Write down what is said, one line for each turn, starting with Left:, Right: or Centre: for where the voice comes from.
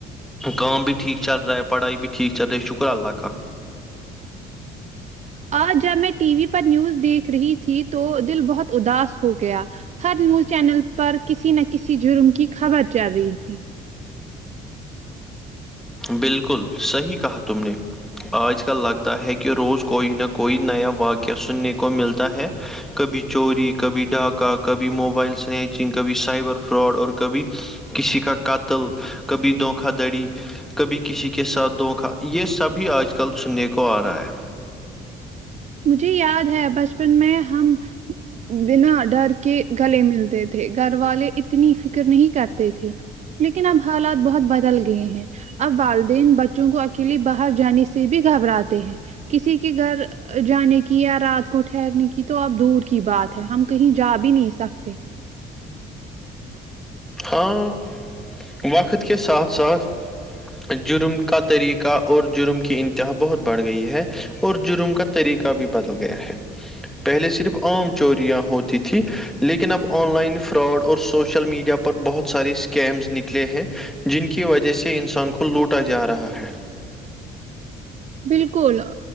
Centre: کام بھی ٹھیک چل رہا ہے پڑھائی بھی ٹھیک چل رہی ہے شکر اللہ کا
Right: آ جب میں ٹی وی پر نیوز دیکھ رہی تھی تو دل بہت اداس ہو گیا ہر نیوز چینل پر کسی نہ کسی جرم کی خبر چل رہی تھی
Centre: بالکل صحیح کہا تم نے آج کل لگتا ہے کہ روز کوئی نہ کوئی نیا واقعہ سننے کو ملتا ہے کبھی چوری کبھی ڈھاکہ کبھی موبائل سنیچنگ کبھی سائبر فراڈ اور کبھی کسی کا قاتل کبھی دھوکا دھڑی کبھی کسی کے ساتھ دھوکا یہ سبھی آج کل سننے کو آ رہا ہے
Right: مجھے یاد ہے بچپن میں ہم بنا ڈر کے گلے ملتے تھے گھر والے اتنی فکر نہیں کرتے تھے لیکن اب حالات بہت بدل گئے ہیں اب والدین بچوں کو اکیلے باہر جانے سے بھی گھبراتے ہیں کسی کے گھر جانے کی یا رات کو ٹھہرنے کی تو اب دور کی بات ہے ہم کہیں جا بھی نہیں سکتے
Centre: ہاں وقت کے ساتھ ساتھ جرم کا طریقہ اور جرم کی انتہا بہت بڑھ گئی ہے اور جرم کا طریقہ بھی بدل گیا ہے پہلے صرف عام چوریاں ہوتی تھی لیکن اب آن لائن فراڈ اور سوشل میڈیا پر پر بہت سارے اسکیمز نکلے ہیں جن کی وجہ سے انسان کو لوٹا جا رہا ہے
Right: بالکل